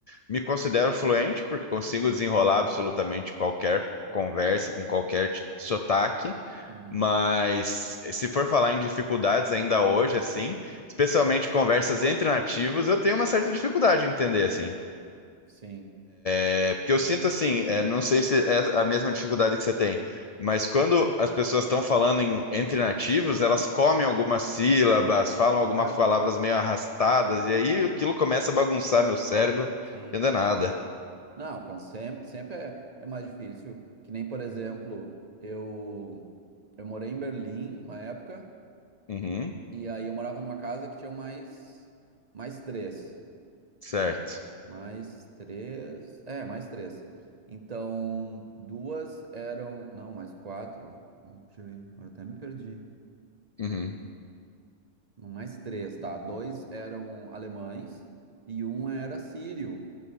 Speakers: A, on the left; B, on the right.
A: me considero fluente porque consigo desenrolar absolutamente qualquer conversa com qualquer t- sotaque.
B: Uhum.
A: Mas se for falar em dificuldades ainda hoje, assim, especialmente conversas entre nativos, eu tenho uma certa dificuldade de entender, assim.
B: Sim.
A: É, porque eu sinto assim, é, não sei se é a mesma dificuldade que você tem, mas quando as pessoas estão falando em- entre nativos, elas comem algumas sílabas, falam algumas
B: Claro,
A: palavras meio arrastadas, e aí aquilo começa a bagunçar meu cérebro,
B: sim.
A: entender nada.
B: Não, com sempre, sempre é, é mais difícil. Que nem, por exemplo, eu, eu morei em Berlim uma época,
A: Uhum,
B: e aí eu morava numa casa que tinha mais, mais três.
A: certo.
B: Mais três. É, mais três. Então, duas eram. Não, mais quatro. Hum, Deixa eu ver, agora até me perdi.
A: Uhum,
B: Não, mais três, tá? Dois eram alemães e um era sírio,